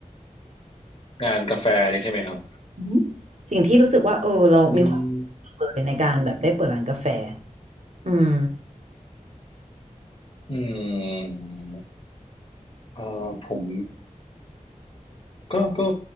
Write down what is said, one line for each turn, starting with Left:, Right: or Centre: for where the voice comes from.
Left: งานกาแฟนี่ใช่ไหมครับ
Right: อืมสิ่งที่รู้สึกว่าเออเรามีความสุขเลยในการแบบได้เปิดร้านกาแฟ
Left: อืม
Right: อืม
Left: อืมเอ่อผมก็ก็